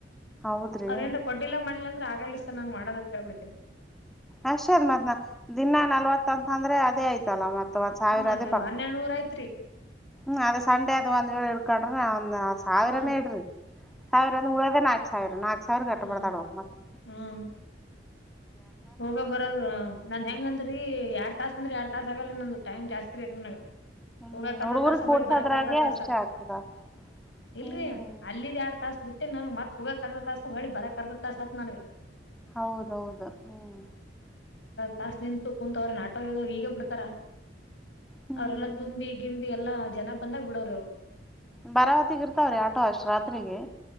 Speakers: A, in the centre; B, on the left (about 85°).
A: ಹೌದ್ರಿ
B: ಅವ್ರೇಏನ್ ಕೊಡ್ಡಿಲ್ಲ ಮಾಡ್ಲ ಅಂದ್ರೆ ಆಗಲಿ ಸರ್ ನಂಗ್ ಮಾಡೋದತ್ತ ಹೇಳ್ಬಿಡ್ತೀನಿ
A: ಅಷ್ಟ ಅದ್ ಮತ್ನಾ ದಿನಾ ನಲ್ವತ್ಂತ ಅಂದ್ರೆ ಅದೇ ಆಯ್ತಲ್ಲ ಮತ್ ಮ ಸಾವಿರ
B: ಹ್ಮ್ ಅದು
A: ಅದೇ ಪ
B: ಹನ್ನೆರಡ್ ನೂರ್ ಐತ್ರಿ
A: ಹ್ಮ್ ಅದ ಸಂಡೆ ಅದ್ ಒಂದ್ ವೇಳೆ ಇಡ್ಕೊಂಡ್ರಿ ಒಂದ್ ಸಾವಿರಾನೇ
B: ಹ್ಮ್
A: ಇಡ್ರಿ ಸಾವಿರ ಒಂದು ಉಳದ ನಾಲ್ಕು ಸಾವಿರ ನಾಕು ಸಾವಿರ ಕಟ್ಟ
B: ಹ್ಮ್
A: ಪಡ್ತಾಡವ ಮತ್ತೆ
B: ಹ್ಮ್ ಹೋಗ ಬರೋದ ನನ್ ಹೆಂಗಂದ್ರರಿ ಎರಡ್ ತಾಸಸ್ ಅಂದ್ರಿ ಎರಡ್ ತಾಸ ಆಗಲ್ರಿ ನಂದು ಟೈಮ್ ಜಾಸ್ತಿ ಬೇಕಕ್ ಮನಗ
A: ಹ್ಮ್
B: ಯೋಗಾ ಕದ
A: ಹುಡುಗುರಿಗ್
B: ತಾಸ
A: ಕೂಡ್ಸದ್ರಾಗೆ
B: ಹೊಳ ಭರ ಕದ ತಾಸ
A: ಅಷ್ಟೇ ಆಗ್ತದ
B: ಇಲ್ರರಿ
A: ಹ್ಮ್
B: ಅಲ್ಲಿದ್ ಎಡ್ ತಾಸ ಮುಟ್ಟೆ ನನಗ್ ಮತ್ ಹೂಗ ಕರ್ದ ತಾಸ ಹೊಳಿ ಬರ ಕರ್ದ ತಾಸತ್ ನನಗ
A: ಹೌದೌದು ಹ್ಮ್
B: ತಸ್ ನಿಂತು ಕುೂಂತು ಅವ್ರ ನ ಆಟ ಹ ಈಗ ಬಿಡ್ತಾರ
A: ಹ್ಮ್
B: ಅವ್ರರೆಲ್ಲಾ
A: ಹ್ಮ್.
B: ತುಂಬಿ ಗಿಂಬ ಎಲ್ಲಾ ಜನ ಬಂದಾಗ ಬಿಡೋರು
A: ಬರಾವತಿಗ ಇರ್ತಾವ್ರೀ ಆಟೋ ಅಷ್ಟ ರಾತ್ರಿಗೆ